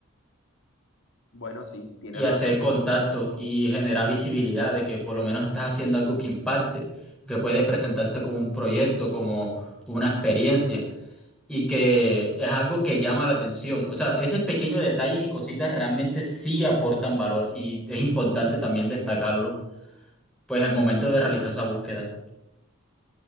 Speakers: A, on the left; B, in the centre.
A: Bueno, sí, tienes
B: y
A: razón,
B: hacer contactos y generar visibilidad de que por lo menos estás haciendo algo que impacte, que puede presentarse como un proyecto, como una experiencia. y que es algo que llama la atención. O sea, esos pequeños detalles y cositas realmente sí aportan valor y es importante también destacarlo, pues el momento de realizar esa búsqueda.